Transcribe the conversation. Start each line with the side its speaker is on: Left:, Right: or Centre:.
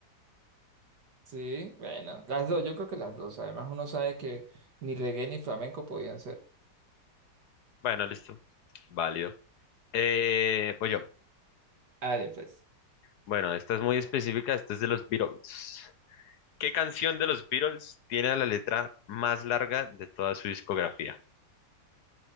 Right: Sí, bueno, las dos, yo creo que las dos. Además, uno sabe que ni reggae ni flamenco podían ser.
Left: Bueno, listo. Válido. Eh, voy yo.
Right: Ale, pues,
Left: Bueno, esta es muy específica. Esta es de los Beatles. ¿Qué canción de los Beatles tiene la letra más larga de toda su discografía?